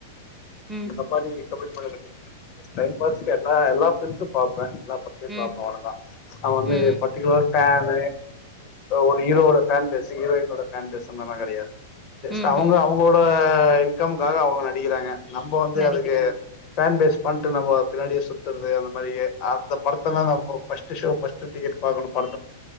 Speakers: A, in the centre; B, on the left.
A: ம்
B: அந்த மாதி கமிட்மென்ட் எனக்கு டைம் பாஸ் நான் எல்லா பிளிம்ஸும் பார்ப்பேன் எல்லா படத்தையும்
A: ம்
B: பார்ப்பேன் வணக்கம் நான் வந்து
A: ம்
B: பர்டிகுலர் ஃபேனு ஒரு ஹீரோட ஃபேன் பேசி ஹீரோயினோட ஃபேன் பேசுந்னது எல்லாம் கிடையாது ஜஸ்ட்
A: ம்ஹ்ம்
B: அவங்க அவங்களோட ஆஹ் இன்கமுக்காக அவங்க நடிக்கிறாங்க நம்ம வந்து
A: நடிக்கிறாங்க.
B: அதுக்கு ஃபேன் பேஸ் பன்ட்டு நபத் பின்னாடியே சுத்துறது அந்த மாதிரியே அந்த படத்த எல்லாம் பார் ஃபஸ்ட் ஷோ ஃபர்ஸ்ட்டு டிக்கெட் பாக்கணு